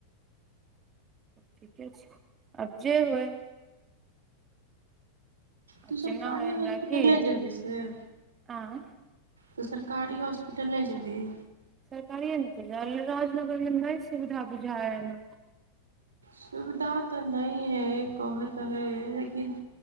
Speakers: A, on the right; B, on the right.
A: तब ठीके छै, आब जे होइ। आब
B: तू सरकारी
A: जेना होय, हमरा
B: हॉस्पिटल
A: कि
B: नहि जेबही से
A: आय।
B: तऽ सरकारी हॉस्पिटल नहि जेबही।
A: सरकारी में चलऽ जाय, राजनगर मे नहि सुविधा बुझाय यऽ हमरा।
B: सुविधा तऽ न है, कहे तऽ हय लेकिन।